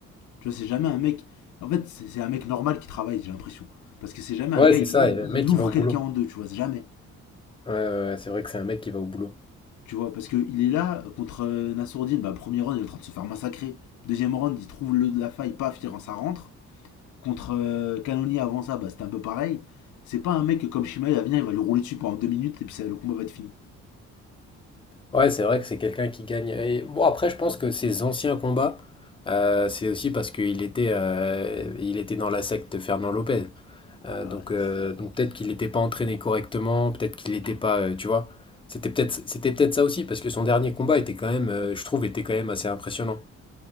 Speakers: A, on the left (about 75°); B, on the left (about 15°).
A: Tu vois, c'est jamais un mec. En fait, c'est un mec normal qui travaille, j'ai l'impression. Parce que c'est jamais
B: Ouais,
A: un gars,
B: c'est
A: il,
B: ça,
A: il-
B: et le mec,
A: il ouvre
B: il va au
A: quelqu'un
B: boulot.
A: en deux, tu vois, c'est jamais.
B: Ouais, ouais, ouais, c'est vrai que c'est un mec qui va au boulot.
A: Tu vois, parce qu'il est là euh, contre euh, Nassourdine, bah, premier round, il est en train de se faire massacrer. Deuxième round, il trouve le de la faille, paf, il rend- ça rentre. Contre euh, Cannonier avant ça, bah, c'était un peu pareil. C'est pas un mec comme Shimaev, il va venir, il va le rouler dessus pendant deux minutes et puis ça, le combat va être fini.
B: Ouais, c'est vrai que c'est quelqu'un qui gagne. Et bon, après, je pense que ses anciens combats, euh, c'est aussi parce qu'il était, euh, il était dans la secte Fernand Lopez.
A: Ah,
B: Euh, donc,
A: ouais,
B: euh, donc peut-être qu'il n'était pas entraîné correctement, peut-être qu'il n'était pas, euh, tu vois. C'était peut-être, c'était peut-être ça aussi, parce que son dernier combat était quand même, euh, je trouve, était quand même assez impressionnant.